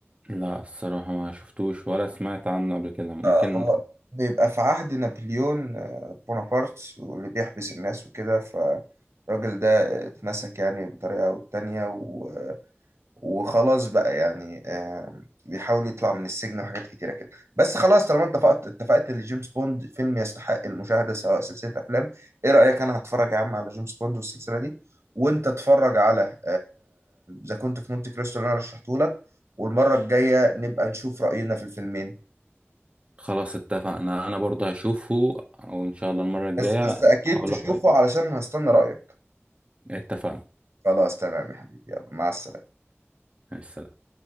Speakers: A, on the right; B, on the right.
A: لا الصراحة ما شفتوش ولا سمعت عنه قبل كده ممكن
B: آه، هو بيبقى في عهد نابليون آه، بونابرت واللي بيحبس الناس وكده فالراجل ده اتمسك يعني بطريقة أو التانية و- وخلاص بقى يعني آه، بيحاول يطلع من السجن وحاجات كتيرة كده بس خلاص طالما انت اتفقت اتفقت ان جيمس بوند فيلم يستحق المشاهدة سواء سلسلة أفلام إيه رأيك أنا هتفرج يا عم على جيمس بوند والسلسلة دي وأنت اتفرج على ذا كنت في مونتي كريستو اللي أنا رشحته لك والمرة الجاية نبقى نشوف رأينا في الفيلمين
A: خلاص اتفقنا انا برضه هشوفه وان شاء الله المرة الجاية
B: بس بس اكيد
A: هقول
B: تشوفه
A: لك رأيي
B: علشان هستنى رأيك
A: اتفقنا
B: خلاص تمام يا حبيبي يلا مع السلامة
A: مع السلامة.